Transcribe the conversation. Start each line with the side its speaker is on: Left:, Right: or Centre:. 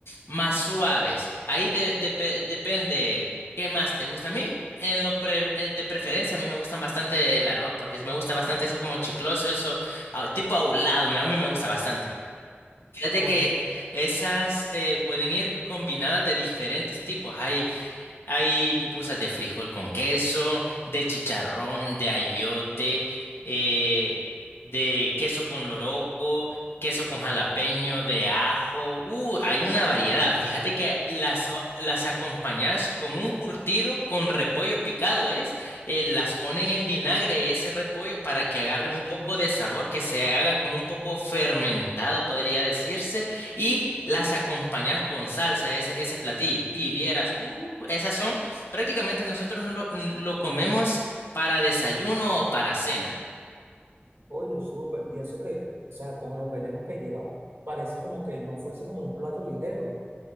Left: más suaves. Ahí de- depe- depende ¿Qué más te gusta? A mí, en lo pre- eh, de preferencia, a mí me gustan bastante el arroz, porque me gusta bastante eso como chicloso, eso ah, tipo ahulado, me- a mí me gusta bastante. Fíjate
Right: No, bueno,
Left: que esas eh, pueden ir combinadas de diferentes tipos. Hay hay pupusas de frijol con queso, de chicharrón, de ayote, eh, de queso con loroco, queso con jalapeño, de ajo. Uh, hay una variedad. Fíjate que las, o- las acompañas con un curtido, con repollo picado, ¿es? eh, las ponen en vinagre ese repollo para que agarre un poco de sabor, que se haga como un poco fermentado, podría decirse y las acompañas con salsa, ese, ese platillo. Y vieras, uh, esas son, prácticamente nosotros no lo, lo comemos para desayuno o para cena.
Right: oye, súper. ¿Y eso qué? O sea, con los rellenos que lleva, parece como que no fuese como un plato ligero.